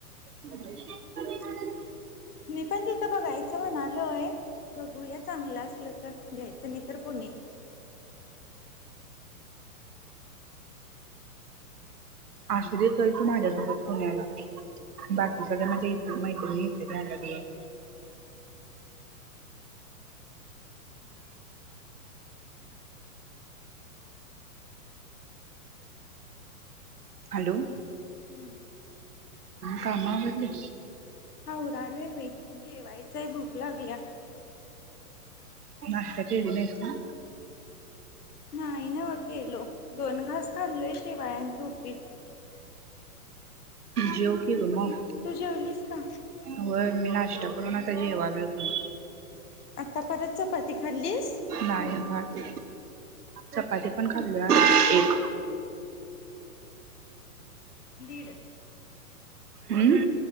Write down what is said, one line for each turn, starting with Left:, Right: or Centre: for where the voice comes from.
Right: <unintelligible>
Left: मी पण तिथं बघायचं म्हणालोय बघूया चांगलं अस असलं तर घ्यायचं नाही तर पुणे
Right: असुदे चल तू माझ्यासोबत पुण्याला बाकी सगळ्या माझ्या मैत्रिणी इतर येतील माझ्या जवळ हॅलो
Left: हम्म
Right: काम आवरली
Left: आवरालय बाई जेवायचं आहे बघ लागलीया
Right: नाष्टा केली नाहीस ना
Left: नाही नव केेलो दोन घास खाल्लो आहे शेवाळ्यांच उपीठ
Right: जेव की ग मग
Left: तू जेवलीस का
Right: होय मी नाश्ता करून आता जेवालोय पण
Left: आता परत चपाती खाल्लीस
Right: नाही भात चपाती पण खालोय एक
Left: दीड
Right: हम्म